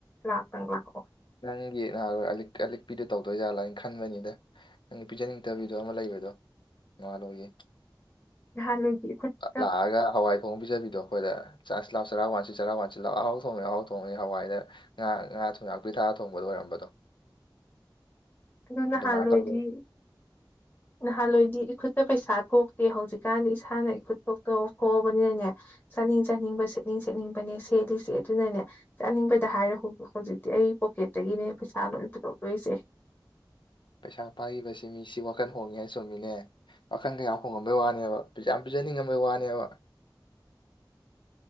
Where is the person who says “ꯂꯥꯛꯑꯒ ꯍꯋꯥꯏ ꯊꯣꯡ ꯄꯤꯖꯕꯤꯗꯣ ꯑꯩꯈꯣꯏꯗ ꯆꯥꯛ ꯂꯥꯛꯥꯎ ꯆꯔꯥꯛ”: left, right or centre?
Left